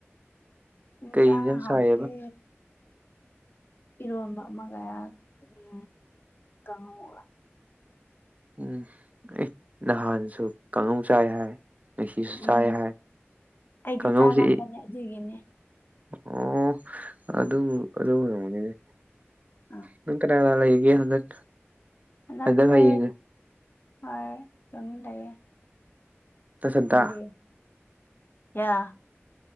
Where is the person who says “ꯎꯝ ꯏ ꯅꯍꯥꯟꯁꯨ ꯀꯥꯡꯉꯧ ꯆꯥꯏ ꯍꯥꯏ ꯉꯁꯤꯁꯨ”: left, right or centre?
Right